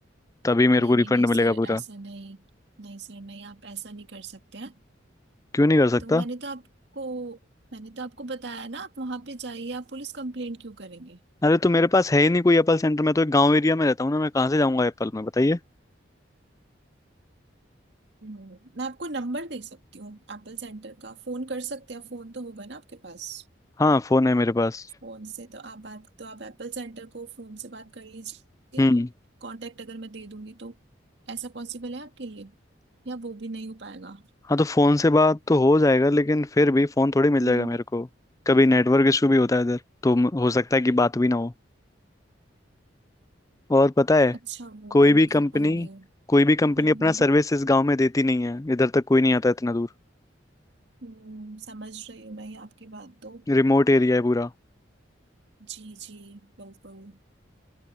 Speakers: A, on the left; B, on the right.
A: तभी मेरे
B: नहीं
A: को रिफंड
B: नहीं नहीं सर
A: मिलेगा पूरा
B: ऐसा नहीं नहीं सर नहीं आप ऐसा नहीं कर सकते हैं
A: क्यों नहीं कर सकता
B: तो मैंने तो आपको मैंने तो आपको बताया ना आप वहां पे जाइए आप पुलिस कंप्लेंट क्यों करेंगे
A: अरे तो मेरे पास है ही नहीं कोई एप्पल सेंटर मैं तो एक गांव एरिया में रहता हूँ ना मैं कहाँ से जाऊँगा एप्पल में बताइए
B: हम्म, मैं आपको नंबर दे सकती हूँ एप्पल सेंटर का फोन कर सकते हैं फोन तो होगा ना आपके पास
A: हाँ फोन है मेरे पास
B: फोन से तो आप बात तो आप एप्पल सेंटर को फोन से बात कर लीजिए
A: हम्म
B: कांटेक्ट अगर मैं दे दूंगी तो ऐसा पॉसिबल है आपके लिए या वो भी नहीं हो पाएगा
A: हाँ तो फोन से बात तो हो जाएगा लेकिन फिर भी फोन थोड़ी मिल
B: हम्म
A: जाएगा मेरे को कभी नेटवर्क इशू भी होता है इधर तो म- हो सकता है कि बात भी ना हो और पता है
B: अच्छा वो
A: कोई
B: भी नहीं
A: भी
B: कर
A: कंपनी
B: पाएंगे
A: कोई
B: हम्म
A: भी कंपनी अपना
B: हम्म
A: सर्विस इस गांव में देती नहीं है इधर तक कोई नहीं आता इतना दूर
B: हम्म, समझ रही हूँ मैं आपकी बात तो
A: रिमोट एरिया है पूरा
B: जी जी बिल्कुल